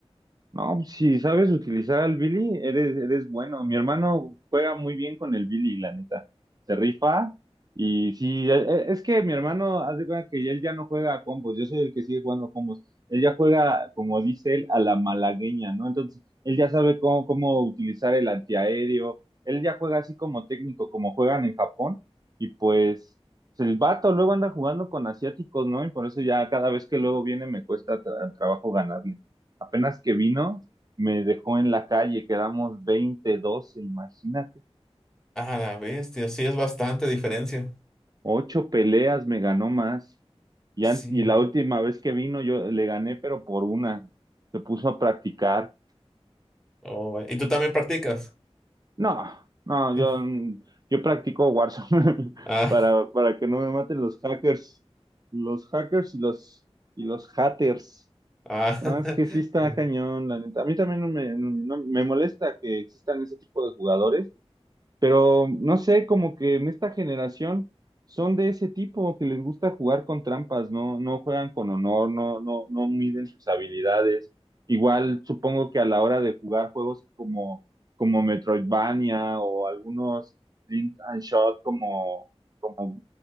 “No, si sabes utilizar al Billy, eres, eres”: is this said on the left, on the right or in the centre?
Right